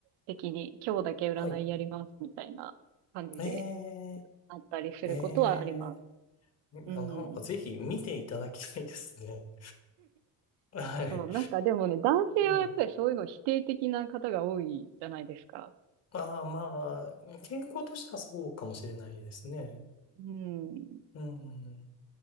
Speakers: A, on the right; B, on the left.
A: 的に今日だけ占いやりますみたいな感じで
B: はい。ええ、
A: あったりすることはあります。
B: ええ、いや、
A: うん。
B: なんかぜひ見ていただきたいですね。<laughs> はい。
A: そう、なんかでもね、男性はやっぱりそういうの否定的な方が多いじゃないですか。
B: ええ、ああ、まあ、傾向としてはそうかもしれないですね。
A: うん。
B: うん。